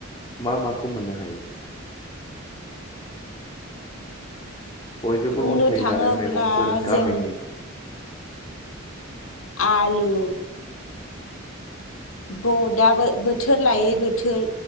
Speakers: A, on the left; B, on the left.
A: मा माखौ मोननो हायो? बयजोंबो
B: बुंनो
A: अनसायजानाय
B: थाङोब्ला
A: मेगंफोर गामिनि
B: जों आलु ब दाबो बोथोर लायै बोथोर